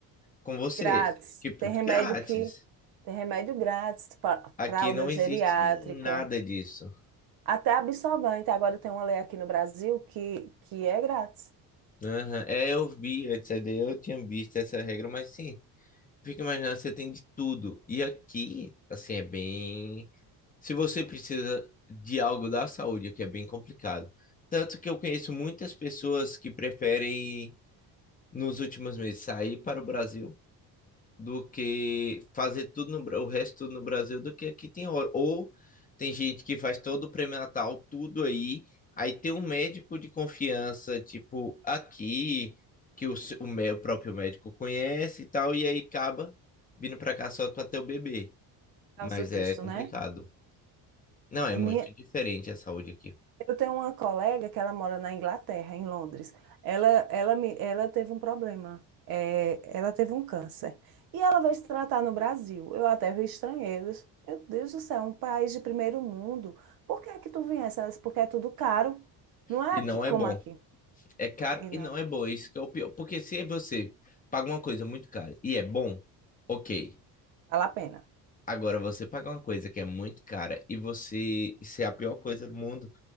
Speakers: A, on the left; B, on the right.
A: com você,
B: Grátis.
A: tipo,
B: Tem
A: de
B: remédio
A: grátis.
B: que. Tem remédio grátis, pa-
A: Aqui
B: fralda
A: não
B: geriátrica,
A: existe nada disso.
B: até absorvente. Agora tem uma lei aqui no Brasil que, que é grátis,
A: Aham. É, eu vi antes, aí eu tinha visto essa regra, mas sim, fica imaginando, você tem de tudo. E aqui, assim, é bem. Se você precisa de algo da saúde, aqui é bem complicado. Tanto que eu conheço muitas pessoas que preferem, nos últimos meses, sair para o Brasil do que fazer tudo no, Bra- o resto tudo no Brasil do que aqui tem hora. Ou tem gente que faz todo o pré-natal, tudo aí, aí tem um médico de confiança, tipo, aqui, que o, se- o, mé- o próprio médico conhece e tal, e aí acaba vindo pra cá só pra ter o bebê.
B: por
A: Mas
B: causa do visto,
A: é complicado.
B: né?
A: Não, é muito
B: Minha-
A: diferente a saúde aqui.
B: eu tenho uma colega que ela mora na Inglaterra, em Londres. Ela, ela, me, ela teve um problema. É, ela teve um câncer. E ela veio se tratar no Brasil. Eu até vi estrangeiros. Meu Deus do céu, um país de primeiro mundo. Por que é que tu viesse? Ela disse, Porque é tudo caro. Não é
A: E
B: aqui
A: não
B: como
A: é bom.
B: aqui.
A: É caro
B: E
A: e
B: na-
A: não é bom. Isso que é o pior. Porque se você paga uma coisa muito cara e é bom, ok.
B: Vale a pena.
A: Agora, você pagar uma coisa que é muito cara e você ser a pior coisa do mundo.